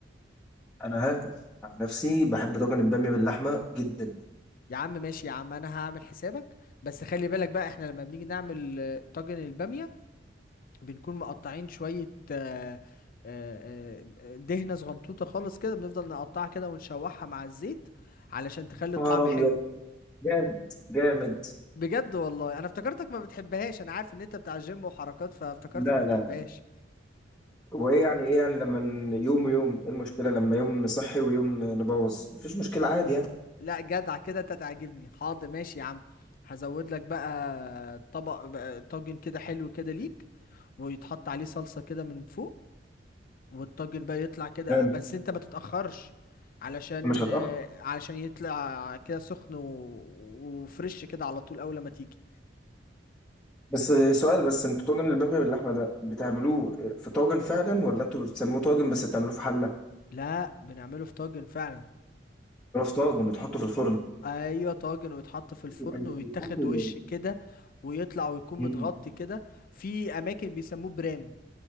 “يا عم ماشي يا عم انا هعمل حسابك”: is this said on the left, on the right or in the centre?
Left